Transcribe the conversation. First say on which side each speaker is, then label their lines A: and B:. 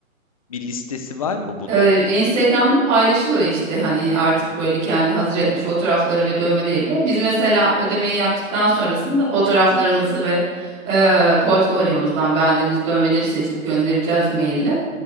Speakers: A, on the left (about 25°); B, on the right (about 15°).
A: Bir listesi var mı bunun?
B: eee, Instagram'da paylaşılıyor işte hani artık
A: Hımm.
B: böyle kendi hazır etmiş fotoğrafları ve dövmeleriyle. Biz mesela ödemeyi yaptıktan sonrasında fotoğraflarımızı ve eee portfolyomuzdan beğendiğimiz dövmeleri seçip göndereceğiz maille.